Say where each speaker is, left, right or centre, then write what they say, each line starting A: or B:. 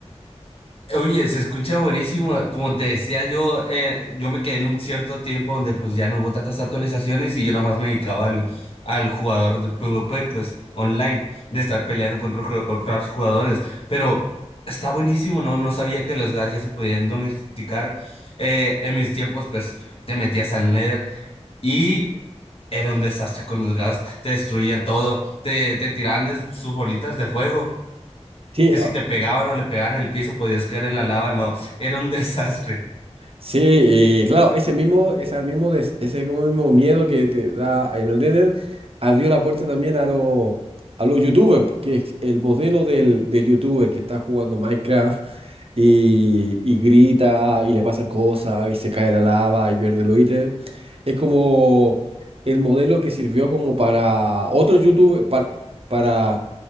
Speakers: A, on the left (about 55°); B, on the right (about 55°).
A: Oye, se escucha buenísimo. Como te decía yo, eh, yo me quedé en un cierto tiempo donde pues ya no hubo tantas actualizaciones y yo nomás me dedicaba al, al jugador de PvP, pues online, de estar peleando contra otro- otros jugadores. Pero está buenísimo, ¿no? No sabía que los gas ya se podían domesticar. Eh, en mis tiempos, pues te metías al Nether y era un desastre con los gas. Te destruían todo, te, te tiraban de sus bolitas de fuego
B: Sí,
A: que si te pegaban o le pegaban en el piso podías caer en la lava, no, era un <laughs> desastre.
B: Sí, y claro, ese mismo, ese mismo, des- ese como mismo miedo que te da en el Nether abrió la puerta también a los a los YouTubers, que es el modelo del, del YouTuber que está jugando Minecraft y, y grita y le pasan cosas y se cae la lava y pierde los ítems. Es como el modelo que sirvió como para otros YouTubers, para, para